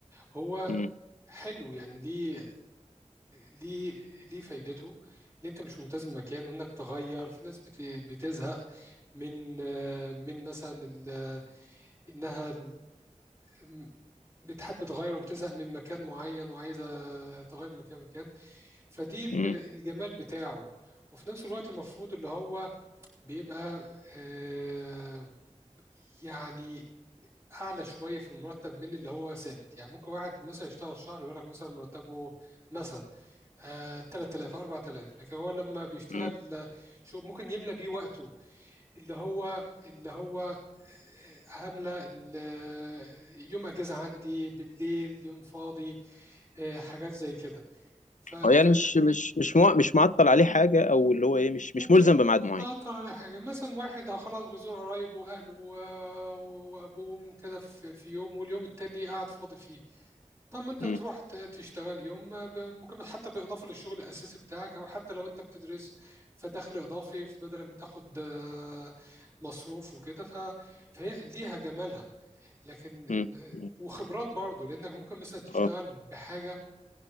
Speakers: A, on the right (about 25°); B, on the left (about 85°).
A: هو
B: مم.
A: حلو يعني ليه ليه ليه فايدته اللي انت مش ملتزم مكان وانك تغير في ناس بت- بتزهق من من مثلا ال- انها أم، بتحب تغير وبتزهق من مكان معين وعايزة تغير من مكان مكان فدي ال-
B: مم.
A: الجمال بتاعه وفي نفس الوقت المفروض اللي هو بيبقى آه، يعني أعلى شوية في المرتب من اللي هو ثابت يعني ممكن واحد مثلا يشتغل شهر يقول لك مثلا مرتبه مثلا آه، 3000 4000 لكن هو لما بيشتغل
B: مم.
A: آه، شو ممكن يملى بيه وقته اللي هو اللي هو هاملة ال- آه، يوم أجازة عندي بالليل يوم فاضي آه، حاجات زي كده ف- ففي
B: اه يعني مش مش مش مع... مش معطل عليه حاجة أو اللي هو إيه مش
A: مش
B: مش ملزم
A: مقاطع
B: بميعاد معين
A: على حاجة مثلا واحد آه، خلاص بيزور قرايبه وأهله و- وأبوه وأمه كده في في يوم واليوم التاني قاعد فاضي فيه طب ما أنت
B: مم.
A: بتروح ت- تشتغل يوم ما ب- ممكن حتى بالإضافة للشغل الأساسي بتاعك أو حتى لو أنت بتدرس فدخل إضافي بدل ما تاخد آه، مصروف وكده ف- فهي ليها جمالها لكن إن-
B: مم. مم.
A: وخبرات برضو لانك ممكن مثلا تشتغل
B: اه
A: بحاجه